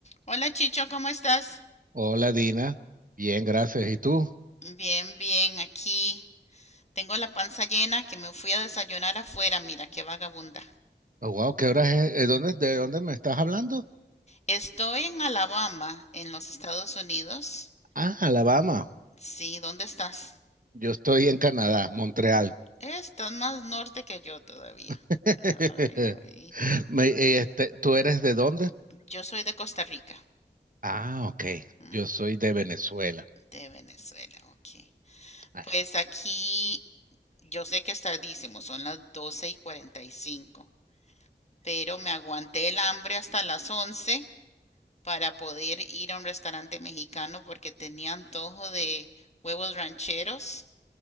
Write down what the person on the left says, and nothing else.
Hola Chicho, ¿cómo estás?
Bien, bien, aquí tengo la panza llena que me fui a desayunar afuera, mira qué vagabunda.
Estoy en Alabama, en los Estados Unidos.
Sí, ¿dónde estás?
Estás más norte que yo todavía.
Ay, ay.
Yo soy de Costa Rica,
¿m?
de Venezuela, ok.
Pues aquí yo sé que es tardísimo, son las 12 y 45. pero me aguanté el hambre hasta las 11. para poder ir a un restaurante mexicano porque tenía antojo de huevos rancheros